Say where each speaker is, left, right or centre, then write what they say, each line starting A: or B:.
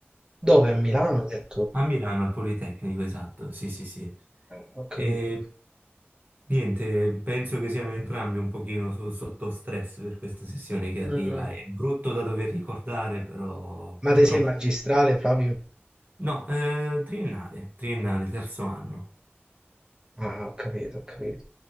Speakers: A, on the right; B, on the right.
A: Dove? A Milano, hai detto?
B: A Milano, al Politecnico, esatto, sì, sì, sì.
A: Eh, Ho capito.
B: E niente, penso che siamo entrambi un pochino so- sotto stress per questa sessione che arriva.
A: Mm,
B: È brutto da dover ricordare, però
A: Ma
B: purtroppo...
A: te sei magistrale, Flavio?
B: No, eh, triennale, triennale, terzo anno.
A: Ah, ho capito, ho capito.